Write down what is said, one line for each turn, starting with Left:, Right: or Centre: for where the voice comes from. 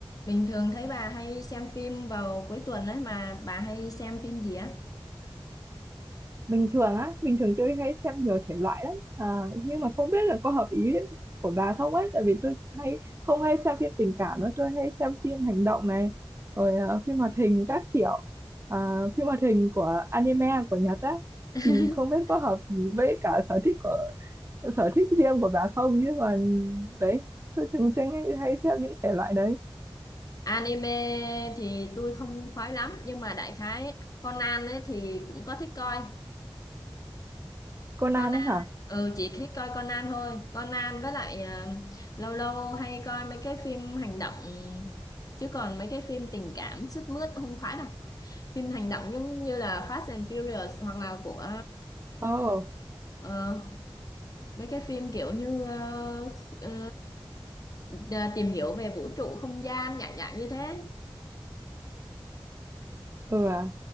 Left: Bình thường thấy bà hay xem phim vào cuối tuần ấy mà bà hay xem phim gì á?
Right: bình thường á bình thường tôi hay xem nhiều thể loại lắm à, nhưng mà không biết là có hợp ý của bà không ấy tại vì tôi hay không hay xem phim tình cảm nữa tôi hay xem phim hành động này rồi ờ, phim hoạt hình các kiểu À, phim hoạt hình của anime của Nhật á
Left: <laughs>
Right: thì không biết có hợp với cả sở thích của sở thích riêng của bà không nhưng mà đấy tôi thường xuyên hay xem những thể loại đấy
Left: Anime thì tôi không khoái lắm nhưng mà đại khái Conan ấy thì cũng có thích coi.
Right: Conan
Left: Conan,
Right: ấy hả
Left: ừ chỉ thích coi Conan thôi. Conan với lại à, lâu lâu hay coi mấy cái phim hành động chứ còn mấy cái phim tình cảm sướt mướt không khoái đâu. Phim hành động giống như là Fast and Furious hoặc là của
Right: Ồ
Left: ờ, mấy cái phim kiểu như ờ, ờ, Đ- tìm hiểu về vũ trụ không gian dạng dạng như thế
Right: Ừ à,